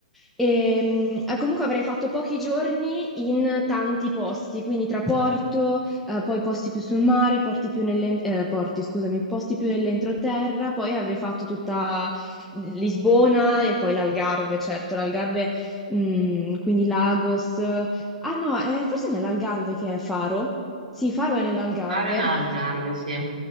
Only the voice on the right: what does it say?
fare in Algarve, sì.